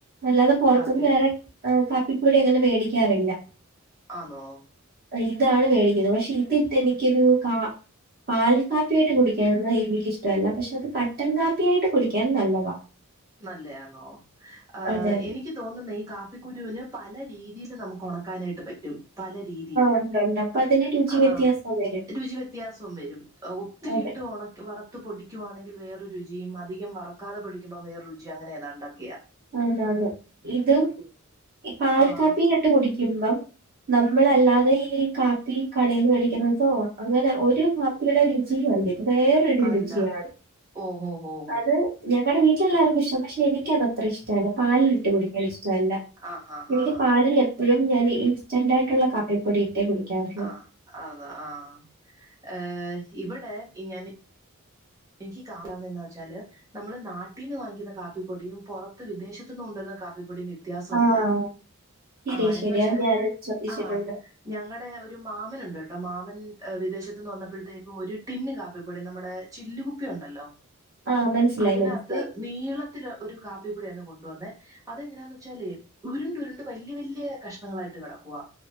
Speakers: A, on the right; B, on the right.
A: അല്ലാതെ പുറത്തുന്ന്
B: കാപ്പി
A: വേറെ ആഹ് കാപ്പിപ്പൊടി അങ്ങനെ മേടിക്കാറില്ല
B: ആണോ
A: ഇതാണ് മേടിക്കുന്നത് പക്ഷെ ഇതിട്ട് എനിക്കൊരു കാ പാൽ കാപ്പിയായിട്ട് കുടിക്കാന്ന് എനിക്കിഷ്ടമല്ല പക്ഷെ അത് കട്ടൻ കാപ്പിയായിട്ട് കുടിക്ക നല്ലതാ
B: നല്ലതണോ ആഹ്
A: അതെ.
B: എനിക്ക് എനിക്ക് തോന്നുന്ന ഈ കാപ്പിക്കുരുവിന് പല രീതിയിൽ നമുക്ക് ഉണക്കാനായിട്ട് പറ്റും പല രീതിയിൽ
A: <inaudible>
B: ആ
A: വരും.
B: രുചി വ്യത്യാസവും വരും ഒത്തിരി
A: അതെ.
B: ഇട്ടു ഓ വർക് വറുത്ത് പടിക്കുവാണെങ്കിൽ വാറെ രുചിയ അധികം വർക്കതെ പടിക്കുമ്പോ വേറെ രുചിയും അങ്ങനെ താ ഉണ്ടാക്കിയാ
A: ആനാന് ഇത് പാൽ
B: ആഹ്
A: കാപ്പിയില ഇട്ട് കുടിക്കുമ്പോ നമ്മളല്ലാതെ ഈ കാപ്പി കടയിൽന്ന് മേടിക്കുന്ന തോ അങ്ങനെ ഒരു കാപ്പി രുചി അല്ല ഇത് വേറൊരു
B: അല്ല
A: രുചിയാണ്
B: ഓഹോ ഹോ
A: അത് ഞങ്ങളുടെ വീട്ടിലൊവർക്കും ഇഷ്ട പക്ഷെ എനിക്ക് അത്ര ഇഷ്ടല്ല പാലിൽ ഇട്ട് കുടിക്കാൻ ഇഷ്ടമല്ല
B: ആഹ് ഹാ ഹാ
A: എനിക്ക് പാലിന്റെ ഇപ്പോഴും ഞാൻ ഇൻസ്റ്റന്റ് ആയിട്ടുള്ള കാപ്പിപ്പൊടി ഇട്ട് കുടിക്കാറുള്ളൂ
B: ആഹ് അതാ ആ ഏ ഇവിടെ ഞാൻ എനിക്ക് കാണാവുന്ന വെച്ചാല് നമ്മള് നാട്ടീ നിന്ന് വാങ്ങിക്കുന്ന കാപ്പിപ്പൊടിയും പുറത്ത് വിദേശത്തു നിന്നും കൊണ്ടുവരുന്ന കാപ്പിപ്പൊടിയും വ്യത്യാസമുണ്ട്
A: ആഹ്. ശരിയാ
B: ആ എന്ന
A: ശരിയാ
B: വച്ചാല്
A: അത് ഞാനും ശ്രദ്ധിച്ചിട്ടുണ്ട്.
B: ആ ഞങ്ങളുടെ ഒരു മാമനുണ്ട് കേട്ടോ മാമൻ വിദേശത്തു നിന്ന് വന്നപ്പോഴത്തേക്ക് ഒരു ടിന്ന് കാപ്പിപൊടി നമ്മുടെ ചില്ലുകുപ്പി ഉണ്ടല്ലോ
A: ആഹ് മനസ്സിലായി
B: അതിനകത്ത്
A: മനസ്സിലായി.
B: നീളത്തിൽ ഒരു കാപ്പിപ്പൊടി അന്ന് കൊണ്ടുവന്നേ അതിങ്ങനെ എന്ന് വെച്ചാല് ഉരുണ്ട് ഉരുണ്ട് വലിയ വലിയ കഷ്ണങ്ങളായിട്ട് കിടക്കുവ